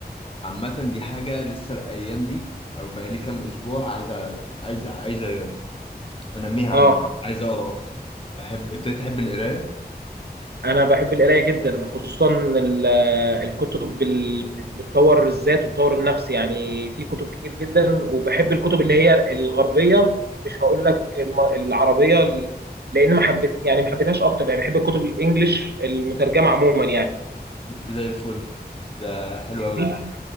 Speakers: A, on the left; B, on the right.
A: عامة دي حاجة لسه الأيام دي أو بقالي كام أسبوع عايزة عايزة عايزة أنميها
B: اه
A: عندي عايز أقرأ أكتر بحب ابتديت أحب القراية
B: انا بحب القرايه جدا خصوصا ال- آه، الكتب اللي بتطور الذات وتطور النفس يعني في كتب كتير جدا وبحب الكتب اللي هي الغربيه مش هقول لك الم- العربيه ل- لان ما حبيت يعني ما حبيتهاش اكتر يعني بحب الكتب الانجليش المترجمه عموما
A: زي الفل ده حلو أوي
B: يعني